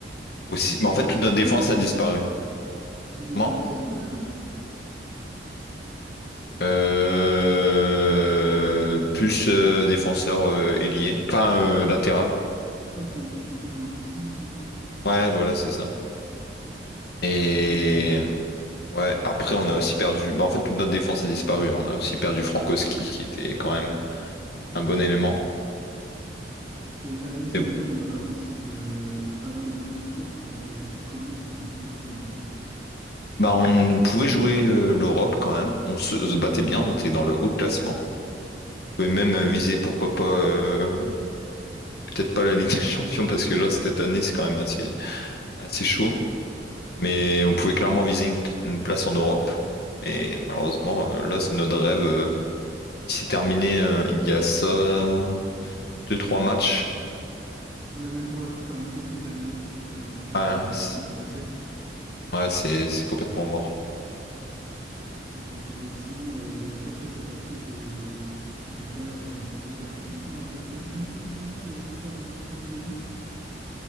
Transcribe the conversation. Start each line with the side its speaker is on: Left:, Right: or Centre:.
Left: aussi.
Right: Il jouait
Left: Mais en
Right: pas
Left: fait,
Right: axial,
Left: toute notre
Right: lui?
Left: défense a disparu.
Right: Il jouait
Left: Comment?
Right: pas axial, Kouzanov?
Left: Euh, Plus euh, défenseur euh, ailier, enfin euh, latéral.
Right: Ok, ok. Un peu comme un piston aussi, des fois, non?
Left: Ouais, voilà, c'est ça. Et
Right: Ah, Après, euh,
Left: ouais, après, on a aussi perdu. Bah, en fait, toute notre défense a disparu. On a aussi perdu Frankowski qui était quand même un bon élément.
Right: Et à la mi-saison,
Left: Mais
Right: euh, avant cette, euh, avant le mercato, vous étiez euh, comment au classement? Je me souviens plus.
Left: Bah, on pouvait jouer euh, l'Europe quand même. On se, se battait bien, on était dans le haut classement. On pouvait même euh, viser, pourquoi pas, euh, peut-être pas la Ligue <laughs> des Champions, parce que là, cette année, c'est quand même assez, assez chaud. Mais on pouvait clairement viser une, une place en Europe. Mais malheureusement, euh, là, c'est notre rêve. euh, il s'est terminé euh, il y a ça, euh, deux, trois matchs.
Right: Ouais, même pour la conférence League, c'est terminé. J'aurais aucune chance
Left: Ouais,
Right: que vous,
Left: c'est
Right: que vous passiez.
Left: ouais, c'est- c'est complètement mort.
Right: Bon, et sinon, euh, qu'est-ce que ça t'a fait de, de perdre les deux derbies? Non, ça fait match nul le premier et victoire au- pour nous au deuxième?